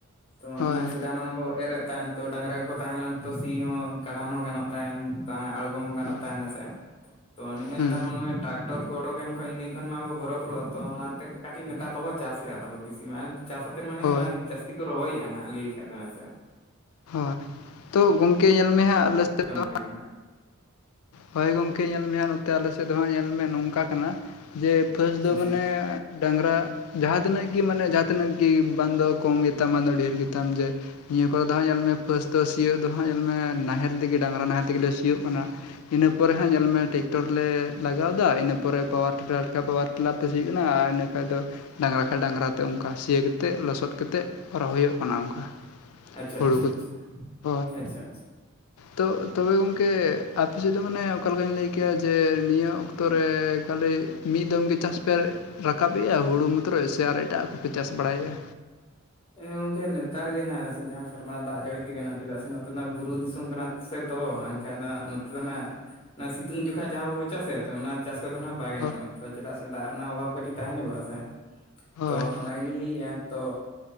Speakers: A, on the left; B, on the left.
A: ᱛᱚ
B: ᱦᱳᱭ
A: ᱢᱟᱱᱮ ᱥᱮᱫᱟᱭ ᱢᱟ ᱵᱚ ᱮᱨᱮᱫ ᱛᱟᱦᱮᱱ ᱛᱚ ᱰᱟᱝᱨᱟ ᱠᱚ ᱛᱟᱦᱮᱸ ᱞᱮᱱ ᱛᱚ ᱥᱤ ᱦᱚᱸ ᱠᱟᱰᱷᱟᱱ ᱦᱚᱸ ᱜᱟᱱᱚᱜ ᱛᱟᱦᱮᱱ ᱛᱟᱸᱦᱮᱜ ᱟᱬᱜ ᱠᱚᱢ ᱦᱚ ᱜᱟᱱᱚᱜ
B: ᱦᱳᱭ
A: ᱛᱟᱦᱮᱱᱟ ᱥᱮ ᱛᱚ ᱱᱮᱜ
B: ᱦᱩᱸ
A: ᱱᱮᱛᱟᱨ ᱢᱟ ᱱᱚᱜᱼᱚᱭ ᱴᱨᱟᱠᱴᱚᱨ ᱠᱚ ᱚᱰᱚᱠᱮᱱ ᱠᱷᱚᱱ ᱤᱱᱟᱹ ᱠᱷᱚᱱ ᱢᱟᱵᱚ ᱦᱚᱨᱚ ᱵᱚᱨᱚᱜᱼᱟ ᱛᱚ ᱚᱱᱟᱛᱮ ᱠᱟᱹᱴᱤᱡ ᱱᱮᱛᱟᱨ ᱫᱚᱠᱚ ᱪᱟᱥᱮᱜᱼᱟ ᱛᱟᱵᱚ ᱵᱤᱥᱤ ᱢᱟ ᱪᱟᱥ ᱟᱛᱮᱫ ᱢᱟᱱᱮ
B: ᱦᱳᱭ
A: ᱚᱱᱟ ᱡᱟᱹᱥᱛᱤ ᱠᱚ ᱨᱚᱦᱚᱭᱮᱜᱼᱟ ᱱᱟᱜ ᱞᱟᱹᱭ ᱞᱮᱠᱷᱟᱡ ᱫᱚ ᱦᱮᱸᱥᱮ ᱾
B: ᱦᱳᱭ ᱛᱳ ᱜᱚᱝᱠᱮ ᱧᱮᱞ ᱢᱮ ᱦᱟᱸᱜ ᱟᱞᱮ ᱥᱮᱫ ᱫᱚ
A: ᱛᱮᱜᱮ ᱱᱟᱜ
B: ᱦᱳᱭ ᱜᱚᱝᱠᱮ ᱧᱮᱞ ᱢᱮ ᱦᱟᱸᱜ ᱱᱚᱛᱮ ᱟᱞᱮ ᱥᱮᱫ ᱫᱚ ᱦᱟᱸᱜ ᱧᱮᱞ ᱢᱮ ᱱᱚᱝᱠᱟ ᱠᱟᱱᱟ ᱡᱮ ᱯᱷᱟᱹᱥ ᱫᱚ
A: ᱟᱪᱪᱷᱟ
B: ᱢᱟᱱᱮ ᱰᱟᱝᱨᱟ ᱡᱟᱦᱟᱸ ᱛᱤᱱᱟᱹᱜ ᱜᱮ ᱢᱟᱱᱮ ᱡᱟᱦᱟᱸ ᱛᱤᱱᱟᱹᱜ ᱜᱮ ᱵᱟᱝ ᱫᱚ ᱠᱚᱢ ᱜᱮᱛᱟᱢ ᱵᱟᱝ ᱫᱚ ᱰᱷᱮᱨ ᱜᱮᱛᱟᱢ ᱡᱮ ᱱᱤᱭᱟᱹ ᱠᱚᱨᱮ ᱫᱚ ᱦᱟᱸᱜ ᱧᱮᱞ ᱢᱮ ᱯᱷᱟᱹᱥᱴ ᱫᱚ ᱥᱤᱭᱳᱜ ᱫᱚ ᱦᱟᱸᱜ ᱧᱮᱞ ᱢᱮ ᱱᱟᱦᱮᱞ ᱛᱮᱜᱮ ᱰᱟᱝᱨᱟ ᱱᱟᱦᱮᱞ ᱛᱮᱜᱮᱞᱮ ᱥᱤᱭᱳᱜ ᱠᱟᱱᱟ ᱾ ᱤᱱᱟᱹ ᱯᱚᱨᱮ ᱦᱟᱸᱜ ᱧᱮᱞ ᱢᱮ ᱴᱮᱠᱴᱚᱨ ᱞᱮ ᱞᱟᱜᱟᱣ ᱮᱫᱟ ᱤᱱᱟᱹ ᱯᱚᱨᱮ ᱯᱟᱣᱟᱨ <unintelligible> ᱯᱟᱣᱟᱨ ᱴᱤᱞᱟᱨ ᱛᱮ ᱥᱤ ᱦᱩᱭᱩᱜ ᱠᱟᱱᱟ ᱟᱨ ᱤᱸᱱᱟᱹ ᱠᱷᱟᱡ ᱫᱚ ᱰᱟᱝᱨᱟ ᱠᱷᱟᱡ ᱰᱟᱝᱨᱟ ᱛᱮ ᱚᱝᱠᱟ ᱥᱤᱭᱟᱹ ᱠᱟᱛᱮᱜ ᱞᱚᱥᱚᱜ ᱠᱟᱛᱮᱫ ᱨᱚᱦᱚᱭᱜ ᱠᱟᱱᱟ ᱚᱝᱠᱟ
A: ᱟᱪᱪᱷᱟ
B: ᱦᱩᱲᱩ
A: ᱟᱪᱪᱷᱟ
B: ᱠᱚᱫᱚ
A: ᱟᱪᱪᱷᱟ
B: ᱦᱳᱭ
A: ᱟᱪᱪᱷᱟ ᱟᱪᱪᱷᱟ
B: ᱛᱚ ᱛᱚᱵᱮ ᱜᱚᱝᱠᱮ ᱟᱯᱮ ᱥᱮᱫ ᱫᱚ ᱢᱟᱱᱮ ᱚᱠᱟ ᱞᱮᱠᱟᱧ ᱞᱟᱹᱭ ᱠᱮᱭᱟ ᱡᱮ ᱱᱤᱭᱟᱹ ᱚᱠᱛᱚ ᱨᱮ ᱠᱷᱟᱹᱞᱤ ᱢᱤᱫ ᱫᱚᱢ ᱜᱮ ᱪᱟᱥ ᱯᱮ ᱨᱟᱠᱟᱵᱮᱜᱼᱟ ᱦᱩᱲᱩ ᱢᱚᱛᱨᱚ ᱥᱮ ᱟᱨ ᱮᱴᱟᱜ ᱠᱚᱯᱮ ᱪᱟᱥ ᱵᱟᱲᱟᱭᱮᱜᱼᱟ?
A: ᱦᱮᱸ ᱜᱚᱝᱠᱮ ᱱᱮᱛᱟᱨ ᱜᱮ ᱦᱱᱟᱜ ᱡᱟᱦᱟᱸ ᱥᱮᱨᱢᱟ ᱫᱟᱜ ᱡᱟᱹᱲᱤ ᱛᱮᱜᱮ ᱱᱟᱜ ᱪᱮᱫᱟᱜ ᱥᱮ ᱱᱚᱛᱮ ᱱᱟᱜ ᱵᱩᱨᱩ ᱫᱤᱥᱚᱢ ᱠᱟᱱᱟ ᱥᱮ ᱛᱚ ᱮᱱᱠᱷᱟᱡ ᱫᱚ ᱱᱚᱛᱮ ᱫᱚ ᱱᱟᱜ ᱚᱱᱟ ᱥᱤᱛᱩᱝ ᱡᱚᱠᱷᱟᱡ ᱡᱟᱦᱟᱸ ᱵᱟᱵᱚ ᱪᱟᱥ ᱮᱛ ᱚᱱᱟ ᱪᱟᱥ ᱠᱚᱫᱚ ᱱᱟᱜ ᱵᱟᱭ ᱜᱟᱱᱚᱜᱼᱟ
B: ᱦᱳᱭ
A: ᱪᱮᱫᱟᱜ ᱥᱮ ᱫᱟᱜ ᱨᱮᱱᱟᱜ ᱚᱵᱷᱟᱵᱽ ᱠᱟᱹᱴᱤᱡ ᱛᱟᱦᱮᱸ ᱧᱚᱜᱚᱜᱼᱟ ᱥᱮ
B: ᱦᱳᱭ
A: ᱛᱚ ᱚᱱᱟ ᱜᱮᱞᱤᱧ ᱞᱟᱹᱭᱮᱜᱼᱟ ᱛᱚ